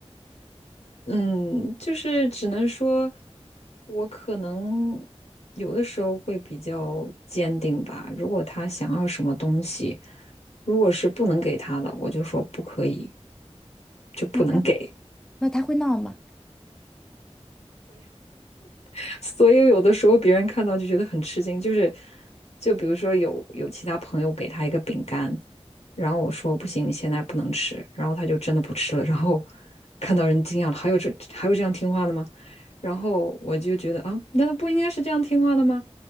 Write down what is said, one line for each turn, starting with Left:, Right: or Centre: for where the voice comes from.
Left: 嗯，就是只能说，我可能有的时候会比较坚定吧。如果他想要什么东西，如果是不能给他的，我就说不可以，就不能给。
Centre: 那他那他会闹吗？
Left: <laughs> 所以有的时候别人看到就觉得很吃惊，就是就比如说有有其他朋友给他一个饼干，然后我说不行，你现在不能吃，然后他就真的不吃了，然后 <laughs> 看到人惊讶了，还有这还有这样听话的吗？然后我就觉得啊，难道不应该是这样听话的吗？